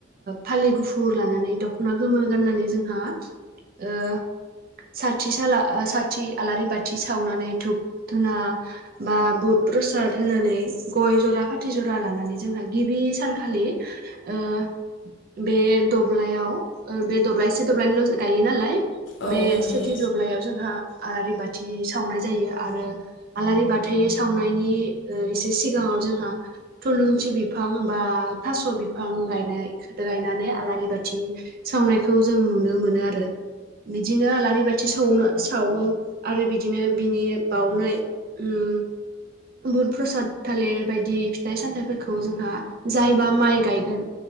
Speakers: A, on the right; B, on the left.
A: फालि गुफुर लानानै दख'ना गोमो गाननानै जोंहा ओ- साथि साला साथि आलारि बाथि सावनानै धुप-धुना बा बुद-प्रसाद होनानै गय जरा फाथै जरा लानानै जोंहा गिबि सानखालि। ओ- बे दब्लायाव ओ-बे दब्लायसे दब्लायनैल' गायो नालाय।
B: औ
A: बे
B: औ नंगौ
A: सेथि दुब्लायाव जोंहा। आलारि बाथि सावनाय जायो आरो आलारि बाथै सावनायनि ओ एसे सिगाङाव जोंहा थुलुंसि बिफां बा। थास' बिफां गायनाय गायनानै आलारि बाथि सावनायखौ जों नुनो मोनो आरो बिदिनो आलारि बाथि सावनो सावो आरो। बिदिनो बिनि बावनाय ओम बुद-प्रसाद थालिर बायदि फिथाइ- सामथाइफोरखौ जोंहा जाय बा माइ गायगोन